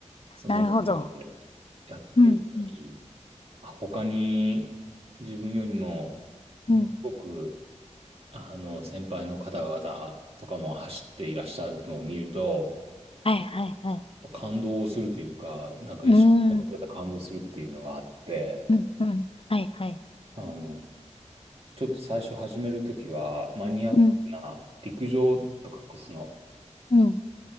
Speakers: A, on the right; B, on the left.
A: その程度で
B: なるほど。
A: やっていったり、
B: うんうん
A: あ、他に自分よりも、
B: うん。
A: ものすごく、あの、先輩の方々とかも走っていらっしゃるのを見ると、
B: はいはいはい。
A: 感動するというか、なんか一緒にやった感動するっていうのがあって、
B: うーん。うんうん。はいはい。
A: あの、ちょっと最初始めるときは、マニアックな陸上とか、
B: うん
A: その、
B: うん。